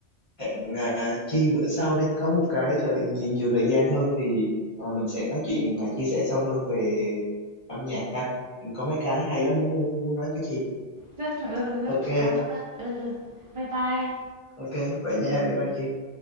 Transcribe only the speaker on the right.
rất ừ, rất
cảm ơn bác, ừ, bye bye.